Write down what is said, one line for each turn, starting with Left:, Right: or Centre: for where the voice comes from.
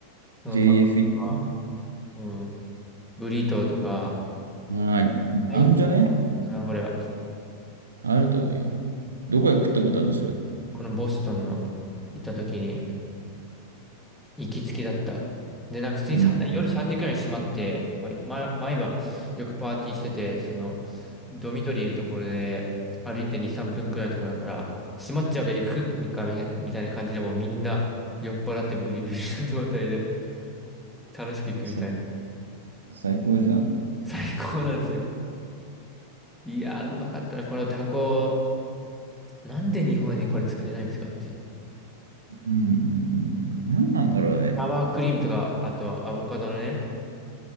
Centre: そのタコとか、
Right: ?JFE?
Centre: うん。ブリトーとか、
Right: ああ、
Centre: いいこれだな、
Right: あんじゃね
Centre: これは。
Right: あると思うよ。どこへ食ったことあるのそれ。
Centre: このボストンの行った時に、行きつけだった。で、なんか普通にさ夜3時くらいに閉まって、
Right: うん。
Centre: まま毎晩よくパーティーしてて、その、ドミトリーのところで歩いて2、3分くらいのところだから、閉まっちゃうから行くみかみみたいな感じで、もうみんな酔っ払ってブリブリの状態で楽しく行くみたいな。
Right: さ最高じゃん。
Centre: 最高なんですよ。いやー、うまかったな、このタコ。なんで日本にこれ作れないんですかっていう。
Right: うんうんうん。何なんだろうね。
Centre: サワークリームとか、あとアボカドのね、